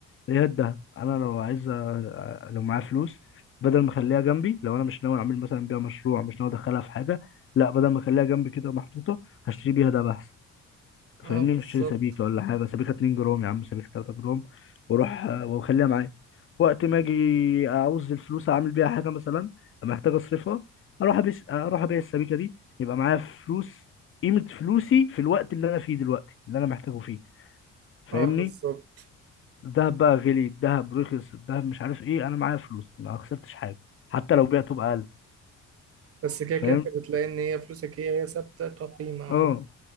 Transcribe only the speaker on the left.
هي الدهب انا لو عايز أ- أ- لو معايا فلوس بدل ما اخليها جنبي لو انا مش ناوي اعمل مثلا بيها مشروع مش ناوي ادخلها في حاجه لا بدل ما اخليها جنبي كده محطوطه هشتري بيها دهب احسن أنت
فاهمني
اشتري سبيكه ولا حاجه سبيكه 2 جرام يا عم سبيكه 3 جرام واروح آه، واخليها معايا وقت ما اجي اعوز الفلوس اعمل بيها حاجه مثلا محتاج اصرفها اروح ابيع اروح ابيع السبيكه دي يبقى معايا فلوس قيمه فلوسي في الوقت اللي انا فيه دلوقتي اللي انا محتاجه فيه فاهمني
الذهب بقى غلي الذهب رخص الذهب مش عارف ايه انا معايا فلوس ما خسرتش حاجه حتى لو بعته بأقل
فاهم
اه